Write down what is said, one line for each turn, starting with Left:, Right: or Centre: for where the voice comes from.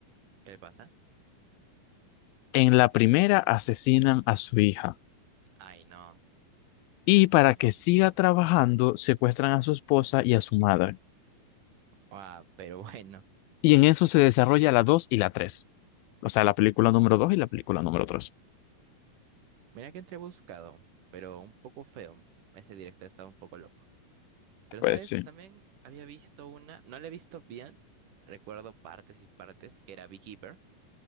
Right: ¿qué le pasa?
Left: en la primera asesinan a su hija.
Right: Ay, no.
Left: Y para que siga trabajando, secuestran a su esposa y a su madre.
Right: Ah, pero <laughs> bueno.
Left: Y en eso se desarrolla la 2 y la tres O sea, la película número dos y la película número tres
Right: Mira que entré buscado, pero un poco feo. Ese directo estaba un poco loco. Pero,
Left: Pues
Right: ¿sabes?
Left: sí.
Right: También había visto una, no la he visto bien, recuerdo partes y partes, que era Beekeeper,